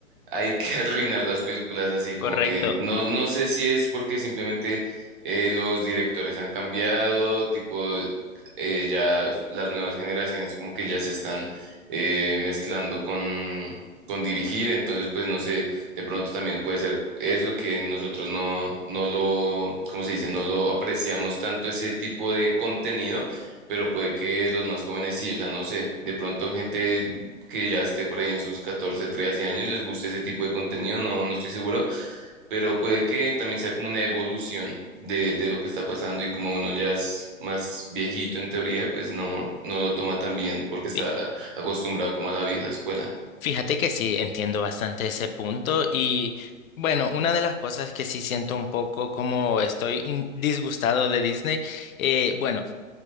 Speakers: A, on the right; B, on the left.
A: hay que <laughs> arruinar las películas así, como
B: Correcto.
A: que no, no sé si es porque simplemente eh, los directores han cambiado, tipo, eh, ya las nuevas generaciones como que ya se están eh, mezclando con, con dirigir, entonces pues no sé, de pronto también puede ser eso que nosotros no, no lo, ¿cómo se dice? No lo apreciamos tanto ese tipo de contenido. Pero puede que los más jóvenes sí, o sea, no sé, de pronto gente que ya esté por ahí en sus 14 13 años, les guste ese tipo de contenido, no, no estoy seguro, pero puede que también sea como una evolución de, de lo que está pasando y como uno ya es más viejito en teoría, pues no, no lo toma tan bien porque está
B: Fí-
A: acostumbrado como a la vieja escuela.
B: Fíjate que sí, entiendo bastante ese punto y bueno, una de las cosas que sí siento un poco como estoy in- disgustado de Disney, eh, bueno.